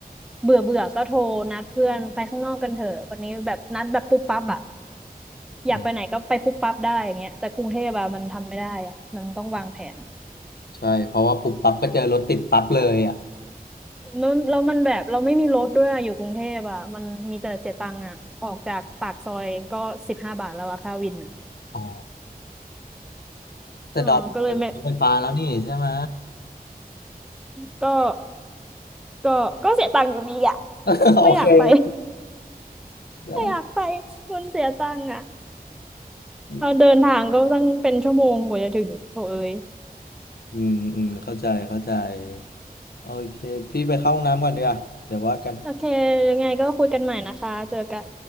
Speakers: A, in the centre; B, on the left (about 85°).
A: เบื่อเบื่อก็โทรนัดเพื่อนไปข้างนอกกันเถอะวันนี้แบบนัดแบบปุ๊บปั๊บอ่ะอยากไปไหนก็ไปปุ๊บปั๊บได้อย่างเงี้ยแต่กรุงเทพอะมันทำไม่ได้อ่ะมันต้องวางแผน
B: อืมใช่เพราะว่าปุ๊บปั๊บก็เจอรถติดปั๊บเลยอ่ะ
A: มันแล้วมันแบบเราไม่มีรถด้วยอะอยู่กรุงเทพอ่ะมันมีแต่เสียตังค์อ่ะออกจากปากซอยก็สิบห้าบาทแล้วอะค่าวินอ่ะ
B: อ๋อแต่ดอนเป็นรถไฟฟ้าแล้วนี่ใช่ไหม
A: เออก็เลยไม่ก็ก็ก็เสียตังค์อยู่ดีอ่ะ
B: <laughs> โอเคโอเค
A: ไม่อยากไป
B: ได้
A: ไม่อยากไปมันเสียตังค์อ่ะ
B: อืม
A: เราเดินทางก็ตั้งเป็นชั่วโมงกว่าจะถึงโถเอ้ย
B: อืมเข้าใจเข้าใจโอเคพี่ไปเข้าห้องน้ำก่อนดีกว่าเดี๋ยวว่ากัน
A: โอเคยังไงก็คุยกันใหม่นะคะเจอกัน